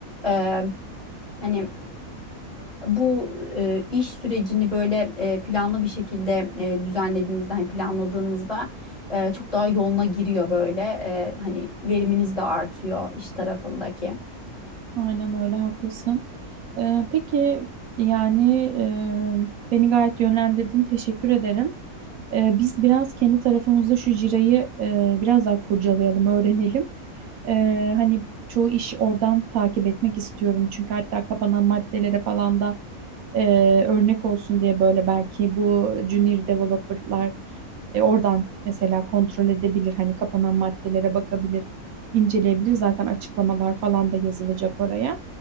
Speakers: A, on the left; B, on the right.
A: E, hani bu e, iş sürecini böyle e, planlı bir şekilde e, düzenlediğinizde, hani planladığınızda e, çok daha yoluna giriyor böyle. E, hani veriminiz de artıyor iş tarafındaki.
B: Aynen öyle haklısın. Ee, peki yani e, beni gayet yönlendirdin. Teşekkür ederim. Ee, biz biraz kendi tarafımızda şu jirayı e, biraz daha kurcalayalım, öğrenelim. Ee, hani çoğu iş oradan takip etmek istiyorum. Çünkü hatta kapanan maddelere falan da e, örnek olsun diye böyle belki bu junior developerlar e, oradan mesela kontrol edebilir. Hani kapanan maddelere bakabilir inceleyebilir. Zaten açıklamalar falan da yazılacak oraya.